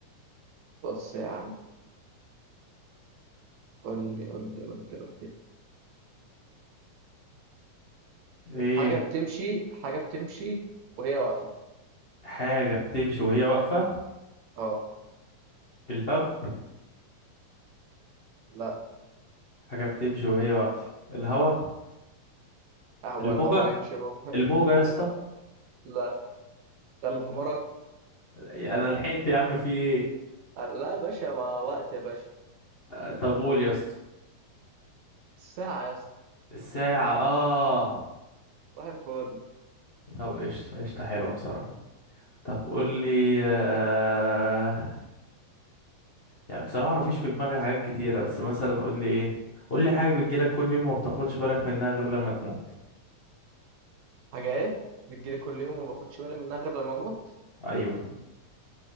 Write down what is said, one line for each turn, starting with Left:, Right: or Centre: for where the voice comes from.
Right: بص يا عم قول لي قول لي قول لي قول لي
Left: ايه
Right: حاجة بتمشي حاجة بتمشي وهي واقفة
Left: حاجه بتمشي وهي واقفه
Right: اه
Left: الباب
Right: لا
Left: حاجه بتمشي وهي واقفه الهوا
Right: هو
Left: الموجه
Right: الهوا بيمشي اهو
Left: الموجه
Right: <laughs>
Left: يا
Right: لا
Left: اسطى
Right: لا قلب حمرك
Left: انا لحقت يا عم في ايه
Right: لا يا باشا مع وقت يا باشا
Left: آه، طب قول يا اسطى
Right: ساعة يا اسطى
Left: الساعه اه
Right: واحد الفل
Left: طب قشطه قشطه حلوه بصراحه طب قول لي آه... يعني بصراحة مفيش في دماغي حاجات كتيرة بس مثلا قول لي ايه قول لي حاجة بتجيلك كل يوم وما بتاخدش بالك منها غير لما تموت
Right: حاجات بتجيلي كل يوم وما باخدش بالي منها غير لما اموت
Left: ايوه